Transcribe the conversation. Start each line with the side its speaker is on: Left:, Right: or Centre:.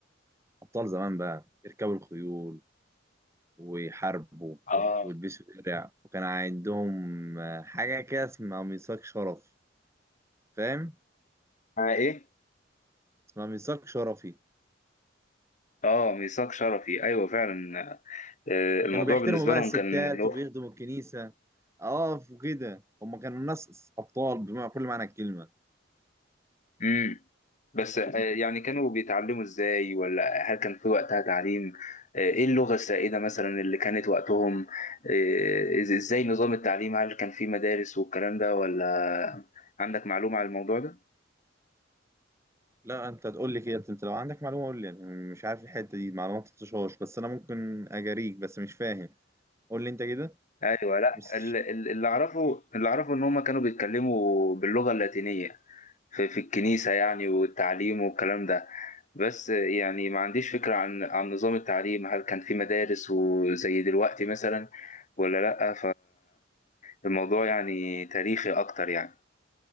Right: أبطال زمان بقى يركبوا الخيول ويحاربوا
Left: اه
Right: ويلبسوا درع وكان عندهم آه، حاجة كده اسمها ميثاق شرف فاهم
Left: آه، ايه
Right: اسمها ميثاق شرفي
Left: اه ميثاق شرفي ايوه فعلا آه، الموضوع
Right: كانوا بيحترموا
Left: بالنسبه
Right: بقى
Left: لهم
Right: الستات
Left: كان اللي هو
Right: وبيخدموا الكنيسة اه وكده هما كانوا ناس أبطال بمعنى كل معنى الكلمة
Left: امم بس آه، يعني كانوا بيتعلموا ازاي ولا هل كان في وقتها تعليم آه، ايه اللغه السائده مثلا اللي كانت وقتهم آه، إز- ازاي نظام التعليم هل كان في مدارس والكلام ده ولا عندك معلومه على الموضوع ده
Right: لا انت تقول لي كده انت لو عندك معلومه قول لي يعني مش عارف الحته دي معلومه ما تطشهاش بس انا ممكن اجاريك بس مش فاهم قول لي انت كده
Left: ايوه لا
Right: بس
Left: ال- ال- اللي اعرفه اللي اعرفه ان هم كانوا بيتكلموا باللغه اللاتينيه في, في الكنيسة يعني والتعليم والكلام ده بس يعني ما عنديش فكرة عن عن نظام التعليم هل كان في مدارس وزي دلوقتي مثلا ولا لأ فالموضوع يعني تاريخي أكتر يعني